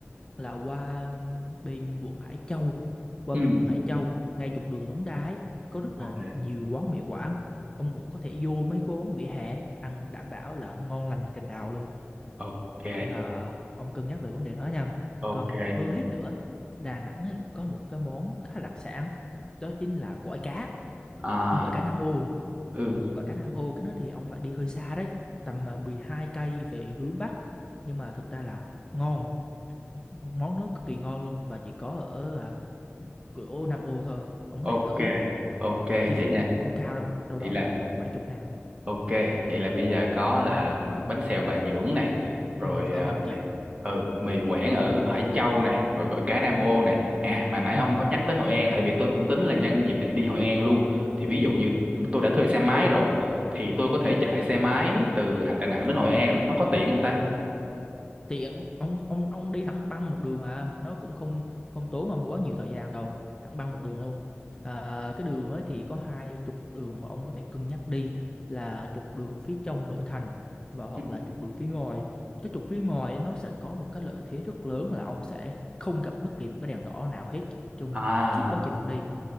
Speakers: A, on the left; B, on the right.
A: là qua bên quận Hải Châu qua
B: ừ
A: bên quận Hải Châu ngay trục đường Đống Đa ấy có rất
B: ok
A: là nhiều quán mì Quảng ông cũng có thể vô mấy cái quán vỉa hè ấy, ăn đảm bảo là ngon lành cành đào luôn
B: ok
A: nên là ông cân nhắc về vấn đề đó nha.
B: ok
A: Còn hơn hết nữa, Đà Nẵng ấy có một cái món khá đặc sản, đó chính là gỏi cá,
B: à
A: gỏi cá Nam ô.
B: ừ
A: Gỏi cá Nam ô cái đó thì ông phải đi hơi xa đấy, tầm à, 12 cây về hướng Bắc. Nhưng mà thực ra là ngon, món nó cực kỳ ngon luôn và chỉ có ở à, cửa ô Nam ô thôi. Ông
B: ok
A: có thể thử,
B: ok vậy
A: chi phí
B: nha
A: thì cũng không cao đâu, đâu
B: vậy
A: đó
B: là
A: là tầm bảy chục ngàn.
B: Ok, vậy là bây giờ có là bánh xèo Bà Dưỡng này, rồi
A: Ừ, ở
B: ờ,
A: Hoàng Diệu.
B: ừ mì Quảng ở Hải Châu này, rồi gỏi cá Nam Ô này. À mà nãy
A: Ừ,
B: ông có nhắc tới Hội An tại vì tôi cũng tính là nhân dịp này đi Hội An luôn. Thì ví dụ như tôi đã thuê xe máy rồi thì tôi có thể chạy xe máy từ Đà Nẵng đến Hội An là nó có tiện không ta?
A: thì ông ông ông ông đi thẳng băng một đường à nó cũng không không tốn ông quá nhiều thời gian đâu thẳng băng một đường luôn à, cái đường ấy thì có hai trục đường mà ông có thể cân nhắc đi là trục đường phía trong nội thành và hoặc
B: Ừ.
A: là trục đường phía ngoài cái trục phía ngoài ấy, nó sẽ có một cái lợi thế rất lớn là ông sẽ không gặp bất kỳ một cái đèn đỏ nào hết trong
B: À,
A: suốt quá trình ông đi